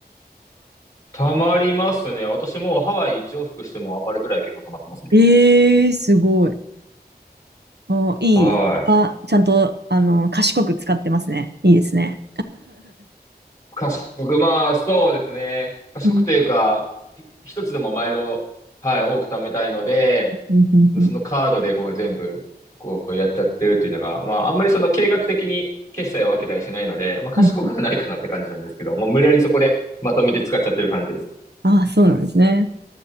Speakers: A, on the left; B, on the right.
A: 貯まりますね。私もうハワイ一往復しても余るぐらい結構貯まってますね。
B: ええ、すごい。おいい。
A: はい。
B: あ、ちゃんと、あの、賢く使ってますね。いいですね。
A: 賢く、まあ、そうですね。賢くというか、
B: <laughs>
A: い一つでもマイルを、はい、多く貯めたいので、
B: うんうんうん
A: そのカードでこう全部、こうやっちゃってるっていうのが、まあ、あんまりその計画的に決済を分けたりしないので、まあ、賢くはないかなって感じなんですけど、
B: うん
A: もう無理やりそこでまとめて使っちゃってる感じですね。
B: あ、そうなんですね。